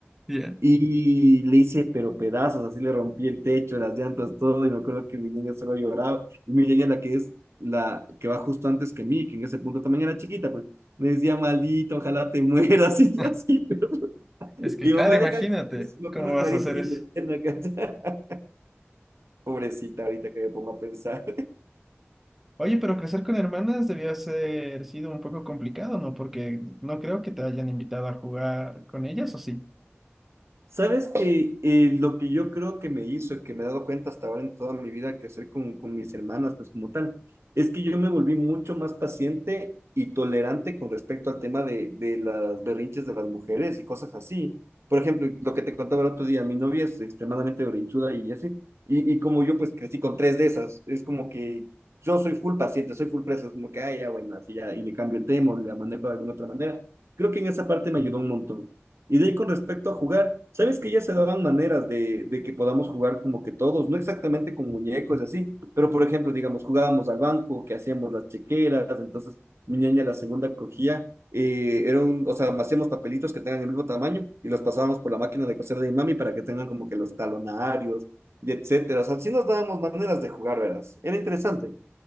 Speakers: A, in the centre; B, on the right.
A: Ya.
B: Y le hice, pero pedazos, así le rompí el techo, las llantas, todo. Y me acuerdo que mi niña solo lloraba. Y mi niña, la que es la que va justo antes que mí, que en ese punto también era chiquita, pues me decía, maldito, ojalá te mueras. <laughs> Y
A: <laughs>
B: yo así, pero.
A: Es que
B: Y
A: claro,
B: mamá,
A: imagínate
B: deja, me acuerdo
A: cómo vas
B: clarito
A: a hacer
B: de
A: eso.
B: la escena, ¿cachai? <laughs> Pobrecita, ahorita que me pongo a pensar.
A: Oye, pero crecer con hermanas debió ser sido un poco complicado, ¿no? Porque no creo que te hayan invitado a jugar con ellas, ¿o sí?
B: Sabes que eh, lo que yo creo que me hizo, que me he dado cuenta hasta ahora en toda mi vida, que hacer con, con mis hermanas, pues como tal, es que yo me volví mucho más paciente y tolerante con respecto al tema de, de las berrinches de las mujeres y cosas así. Por ejemplo, lo que te contaba el otro día, mi novia es extremadamente berrinchuda y así, y, y como yo pues crecí con tres de esas, es como que yo soy full paciente, soy full preso, es como que, ah, ya, bueno, así ya, y le cambio el tema o la manejo de alguna otra manera. Creo que en esa parte me ayudó un montón. Y de ahí con respecto a jugar, sabes que ya se daban maneras de, de que podamos jugar como que todos, no exactamente con muñecos y así, pero por ejemplo, digamos, jugábamos al banco, que hacíamos las chequeras, entonces mi niña la segunda cogía, eh, era un, o sea, hacíamos papelitos que tengan el mismo tamaño y los pasábamos por la máquina de coser de mi mami para que tengan como que los talonarios y etcétera. O sea, así nos dábamos maneras de jugar, verás. Era interesante.